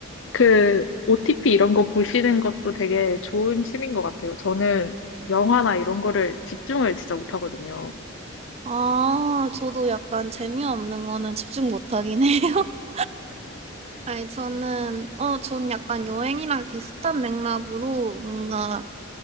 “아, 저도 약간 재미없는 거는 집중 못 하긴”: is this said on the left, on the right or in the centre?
Right